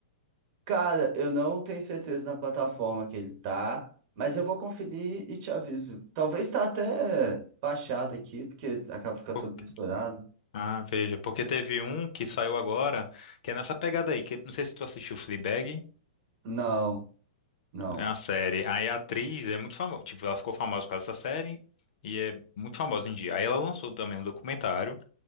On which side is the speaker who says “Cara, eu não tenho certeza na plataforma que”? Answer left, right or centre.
Right